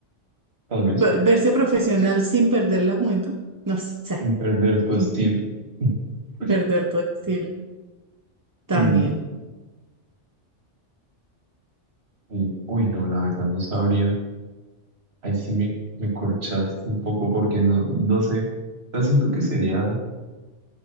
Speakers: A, on the right; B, on the right.
A: tal vez,
B: Ve- Verse profesional sin perder la juventud, no sé,
A: sin perder tu
B: sin
A: estilo. Uy,
B: perder tu estilo también.
A: Mm, sí. Uy, no, la verdad no sabría. Ahí sí me, me corchaste un poco porque no, no sé. O sea, siento que sería